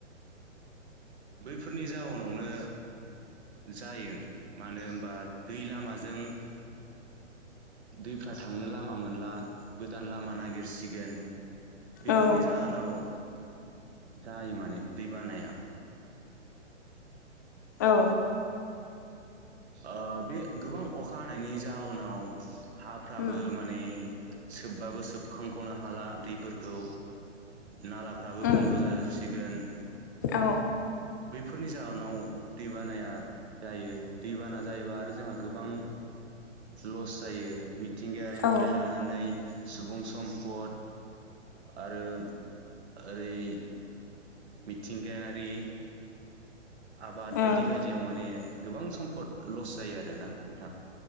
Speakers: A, on the right (about 60°); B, on the left (about 15°).
A: बैफोरनि जाहोनावनो जायो मानो होनबा दै लामाजों। दैफ्रा थांनो लामा मोनला गोदान लामा नागिरसिगोन बेफोरनि
B: औ उम औ
A: जाहोनाव जायो माने दैबानाया।
B: औ।
A: ओ बे गोबां अखा हानायनि जाउनाव हाफ्राबो
B: उम
A: माने सोबबाबो सोबखांखनो हाला दैफोरखौ। नालाफ्राबो
B: उम
A: बन्द जाजोबसिगोन।
B: औ
A: बैफोरनि जाहोनाव दैबानाया जायो दैबाना जायोबा आरो जोंहा गोबां लस जायो मिथिंगायारिनिफ्राय
B: औ
A: लानानै सुबुं सम्फद आरो ओरै मिथिंगायारि आबाद
B: उम
A: बायदि बायदियाव माने। गोबां सम्पद लस जायो आरोना नोंथां